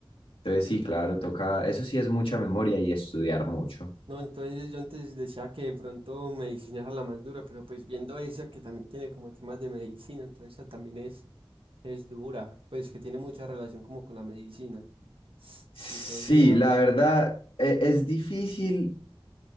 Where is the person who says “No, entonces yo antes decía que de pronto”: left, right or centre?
Right